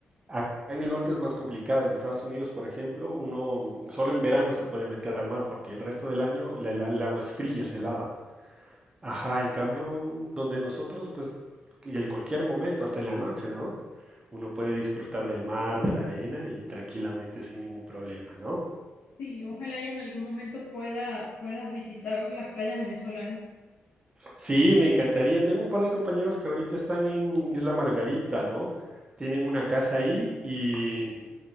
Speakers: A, on the right (about 25°); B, on the left (about 65°).
A: Acá en el norte es más complicado. En Estados Unidos, por ejemplo, uno solo en verano se puede meter al mar porque el resto del año la- la- el agua es fría, es helada. Ajá, en cambio, donde nosotros, pues, en cualquier momento, hasta en la noche, ¿no? Uno puede disfrutar del mar, de la arena y tranquilamente sin ningún problema, ¿no?
B: sí, ojalá y en algún momento pueda, puedas visitar las playas venezolanas.
A: Sí, me encantaría. Tengo un par de compañeros que ahorita están en Isla Margarita, ¿no? Tienen una casa ahí y,